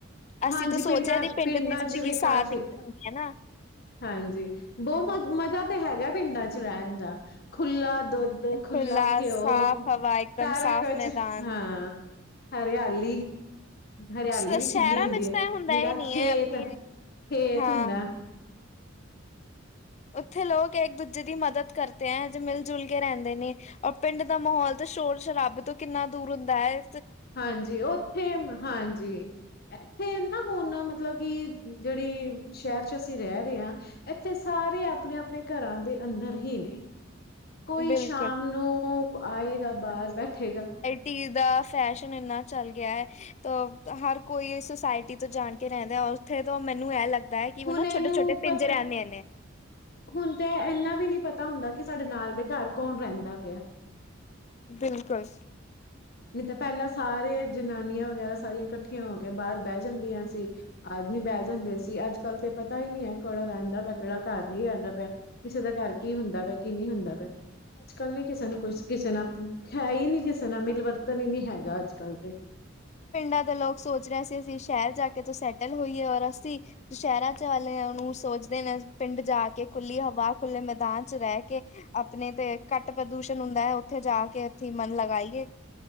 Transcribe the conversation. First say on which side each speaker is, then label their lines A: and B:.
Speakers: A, on the left (about 35°); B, on the left (about 50°).
A: ਅਸੀਂ
B: ਹਾਂਜੀ
A: ਤਾਂ ਸੋਚਿਆ
B: ਪਿੰਡਾਂ,
A: ਦੀ ਪਿੰਡ
B: ਪਿੰਡਾਂ
A: ਦੀ ਜ਼ਿੰਦਗੀ
B: 'ਚ ਵੀ
A: ਸਾਦਗੀ
B: ਕਾਫ਼ੀ
A: ਹੁੰਦੀ ਹੈ ਨਾ।
B: ਹਾਂਜੀ ਬੋ ਮਜ ਮਜ਼ਾ ਤੇ ਹੈਗੈ ਪਿੰਡਾਂ 'ਚ ਰਹਿਣ ਦਾ ਖੁੱਲਾ ਦੌ ਧ, ਖੁਲਾ
A: ਖੁੱਲਾ
B: ਘਿਓ,
A: ਸਾਫ਼ ਹਵਾ ਇੱਕਦਮ
B: ਤਾਰਾ
A: ਸਾਫ਼
B: ਕੁਛ
A: ਮੈਦਾਨ।
B: ਹਾਂ। ਹਰਿਆਲੀ, ਹਰਿਆਲੀ
A: ਸ਼ਹਿਰਾਂ
B: ਵੀ ਕਿੰਨੀ ਹੁੰਦੀ
A: ਵਿੱਚ
B: ਏ।
A: ਤਾਂ ਹੁੰਦਾ
B: ਨਿਰਾ
A: ਹੀ ਨਹੀਂ
B: ਖੇਤ,
A: ਹੈ ਆਪਣੀ
B: ਖੇਤ
A: ਹਾਂ
B: ਹੁੰਦੈ।
A: ਓਥੇ ਲੋਕ ਏਕ ਦੂਜੇ ਦੀ ਮਦਦ ਕਰਤੇ ਐਂ। ਅੱਜ ਮਿਲ ਜੁਲ ਕੇ ਰੈਂਦੇ ਨੇ। ਅਬ ਪਿੰਡ ਦਾ ਮਾਹੌਲ ਤਾਂ ਸ਼ੋਰ ਸ਼ਰਾਬੇ ਤੋਂ ਕਿੰਨਾ ਦੂਰ ਹੁੰਦਾ ਐ।
B: ਹਾਂਜੀ ਓਥੇ, ਹਾਂਜੀ ਐਥੇ ਨਾ ਹੁ ਣ ਓ ਮਤਲਬ ਕਿ ਜੜੀ ਸ਼ੇਰ ਚ ਅਸੀ ਰੈ ਰੇ ਆਂ ਏੱਥੇ ਸਾਰੇ ਆਪਣੇ ਆਪਣੇ ਘਰਾਂ ਦੇ ਅੰਦਰ ਹੀ ਨੇ। ਕੋਈ
A: ਬਿਲਕੁਲ
B: ਸ਼ਾਮ ਨੂੰ ਆਏਗਾ, ਬਾਰ ਬੈਠੇਗਾ
A: ਤੀ ਦਾ ਫੈਸ਼ਨ ਇੰਨਾ ਚੱਲ ਗਿਆ ਹੈ। ਤਾਂ ਹਰ ਕੋਈ, ਸੁਸਾਇਟੀ ਤੋਂ ਜਾਣ ਕੇ ਰਹਿੰਦਾ ਉੱਥੇ ਤੋਂ ਮੈਨੂੰ ਇਹ ਲੱਗਦਾ ਹੈ। ਕਿਂ
B: ਹੁਣ
A: ਨਾ
B: ਇਹਨੂੰ
A: ਛੋਟ ਛੋਟ ਪੇਜਰੇ
B: ਪਤਾ
A: ਆਂੀਆਂ ਨੇ।
B: ਹੁਣ ਤੇ ਇੰਨਾ ਵੀ, ਨੀ ਪਤਾ ਹੁੰਦਾ ਕਿ ਸਾਡੇ ਨਾਲ ਦੇ ਘਰ ਕੌਣ ਰਹਿੰਦਾ ਪਿਆ। <unintelligible>
A: ਬਿਲਕੁਲ।
B: <unintelligible> ਨਹੀਂ ਤਾਂ ਪਹਿਲਾਂ ਸਾਰੇ ਜਨਾਨੀਆਂ ਵਗੈਰਾ ਸਾਰੀਆਂ ਇਕੱਠੀਆਂ ਹੋ ਕੇ ਬਾਹਰ ਬਹਿ ਜਾਂਦੀਆਂ ਸੀ। ਆਦਮੀ ਬਹਿ ਜਾਂਦੇ ਸੀ ਅੱਜ ਕੱਲ ਤੇ ਪਤਾ ਹੀ ਨਹੀਂੀ ਹੈ ਕਿਹੜਾ ਰਹਿੰਦਾ ਪਿਆ ਕਿਹੜਾ ਘਰ ਨਹੀਂ ਰਹਿੰਦਾ ਪਿਆ। ਕਿਸੇ ਦਾ ਘਰ ਕੀ ਹੁੰਦਾ ਪਿਆ ਕੀ ਨਹੀਂ ਹੁੰਦਾ ਪੈ। ਅੱਜ ਕੱਲ ਨੀ ਕਿਸੇ ਨੂੰ ਕੁਛ ਕਿਸੇ ਨਾਲ ਹੈ ਹੀ ਨੀ ਕਿਸੇ ਨਾਲ ਮਿਲ ਵਰਤਨ ਹੀ ਨੀ ਹੈਗਾ ਅੱਜ ਕੱਲ ਤੇ।
A: ਪਿੰਡਾਂ ਦੇ ਲੋਕ ਸੋਚ ਰਹੇ ਸੀ ਅਸੀਂ ਸ਼ਹਿਰ ਜਾ ਕੇ ਤੋਂ ਸੈਟਲ ਹੋਈਏ ਔਰ ਅਸੀਂ। ਸ਼ਹਿਰਾਂ ਚ ਵਾਲਿਆਂ ਨੂੰ ਸੋਚਦੇ ਨੇ ਪਿੰਡ ਜਾ ਕੇ ਖੁੱਲੀ ਹਵਾ ਖੁੱਲੇ ਮੈਦਾਨ ਚ ਰਹਿ ਕੇ। ਆਪਣੇ ਤੇ ਘੱਟ ਪ੍ਰਦੂਸ਼ਣ ਹੁੰਦਾ ਹੈ ਉੱਥੇ ਜਾ ਕੇ ਅੱਸੀਂ ਮਨ ਲਗਾਈਏ।